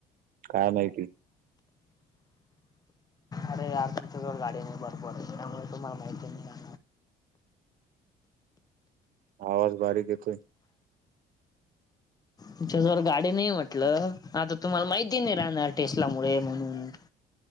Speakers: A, on the right; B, on the left.
A: काय माहिती?
B: अरे यार तुमच्याजवळ गाडी नाही, भरपूर त्यामुळे तुम्हांला माहिती नही ना.
A: आवाज बारीक येतोय.
B: तुमच्या जवर गाडी नाही म्हटलं. आता तुम्हाला माहिती नाही राहणार टेस्लामुळे म्हणून,